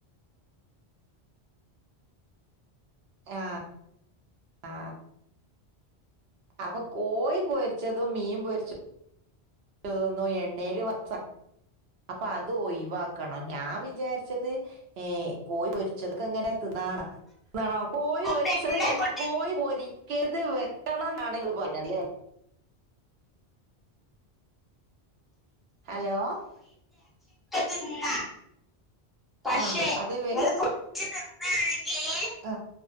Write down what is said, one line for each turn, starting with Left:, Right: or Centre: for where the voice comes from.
Right: ആഹ ആ അപ്പൊ കോയി പൊരിച്ചതും മീൻ പൊരിച്ച എനിക്ക് തോന്നുന്നു എണ്ണേല് വറുത്ത സൺ അപ്പൊ അത് ഒയിവാക്കണം ഞാൻ വിചാരിച്ചത് ഏ കോഴി പൊരിച്ചതൊക്കെ ങ്ങനെ തിന്നാനാ താണോ. കോയി പൊരിച്ചത്
Centre: മെല്ലെ കൊട്ടി
Right: കോയി പൊരി കത് വെക്കണം എന്നാണ് ങ്ങള് പറഞ്ഞത് അല്ലെ ഹലോ
Centre: തിന്നാം പക്ഷെ
Right: ആ അത്
Centre: ഒരു കൊച്ചുതിന്നാണെങ്കില്
Right: അ